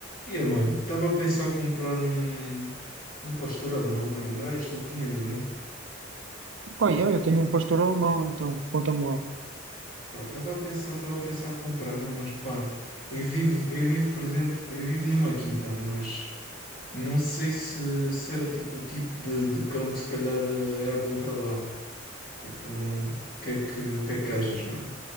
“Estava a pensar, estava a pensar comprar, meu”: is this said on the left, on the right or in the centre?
Left